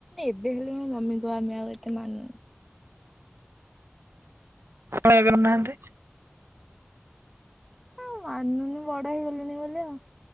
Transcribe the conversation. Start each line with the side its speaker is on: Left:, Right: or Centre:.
Centre: ଏବେ ହେଲେ ମୋ ମମି କୁ ଆମେ ଆଉ ଏତେ ମାନୁନୁ।
Right: ଆପଣ ଏବେ ମାନୁ ନାହାନ୍ତି।
Centre: ହଁ ମାନୁନୁ ବଡ <unintelligible>